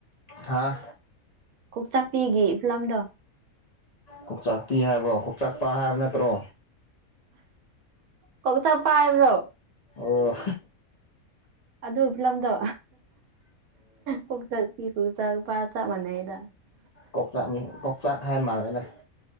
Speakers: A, on the left (about 60°); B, on the right (about 80°).
A: ꯍꯥꯥ
B: ꯀꯣꯛꯇꯥꯛꯄꯤꯒꯦ ꯏꯐꯂꯝꯗꯣ
A: ꯀꯥꯛꯆꯥꯛꯄꯤ ꯍꯥꯏꯕ꯭ꯔꯣ ꯀꯥꯛꯆꯥꯛꯄ ꯍꯥꯏꯕ ꯅꯠꯇ꯭ꯔꯣ
B: ꯀ ꯊ ꯄꯥꯏꯕ꯭ꯔꯣ
A: ꯑꯣ
B: ꯑꯗꯨ ꯐꯤꯂꯝꯗꯣ ꯐꯛ ꯆꯤ ꯈꯨ ꯆ ꯄꯥ ꯆ ꯃꯅꯩꯗ
A: ꯀꯣꯛꯆꯥꯛꯅꯤ ꯀꯣꯛꯆꯥꯛ ꯍꯥꯏ ꯃꯥꯜꯂꯦꯗ